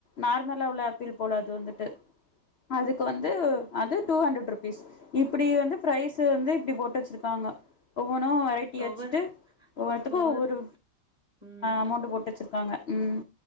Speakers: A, on the left (about 65°); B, on the right (about 15°).
A: நார்மலா
B: ம்.
A: உள்ள ஆப்பிள் போலா அது து வந்துட்டு அதுக்கு வந்து அது டூ ஹண்டரட் ருபீஸ் இப்டி வந்து பிரைஸ் வந்து இப்டி போட்டு வச்சிருக்க காங்க ஓ ஒவ்வொன்னு வெரைட்டி
B: ஓவர்
A: வச்சுட்டு ஒவ்வொத்துக்கு
B: ஓவர்
A: ஒவ்வொரு
B: ம்.
A: அமௌண்ட போட்டு வச்சிருக்காங்க உம்